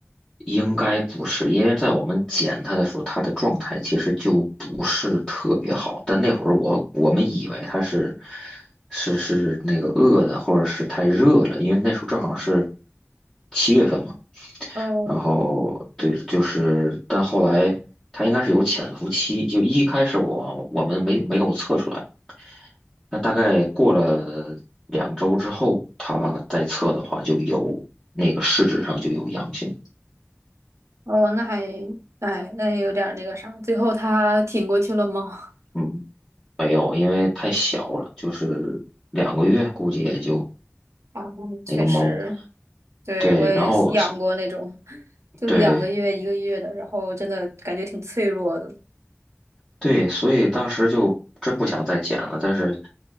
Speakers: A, on the left; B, on the right.
A: 应该不是，因为在我们捡它的时候，它的状态其实就不是特别好。但那会儿我我们以为它是是是那个饿的，或者是太热了，因为那时候正好是七月份嘛。
B: 哦
A: 然后对，就是，但后来它应该是有潜伏期，就一开始我我们没没有测出来，那大概过了两周之后，它再测的话就有那个试纸上就有阳性，
B: 哦，那还哎，那也有点儿那个啥。最后他挺过去了吗？
A: 嗯，没有，因为太小了，就是两个月估计也就
B: <laughs> 啊，确实，
A: 那个猫，
B: 对，
A: 对，
B: 我也是养过那种，
A: 然后
B: <laughs> 就两个月、
A: 对，
B: 一个月的，然后真的感觉挺脆弱的。
A: 对，所以当时就真不想再捡了。但是